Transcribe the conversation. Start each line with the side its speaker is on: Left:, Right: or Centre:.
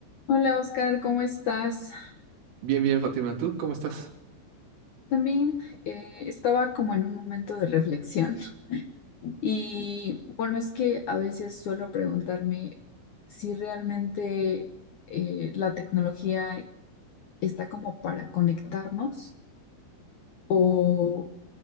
Left: Hola Oscar, ¿cómo estás?
Right: Bien, bien, Fátima, ¿tú cómo estás?
Left: También eh, estaba como en un momento de reflexión y bueno, es que a veces suelo preguntarme si realmente eh, la tecnología está como para conectarnos o,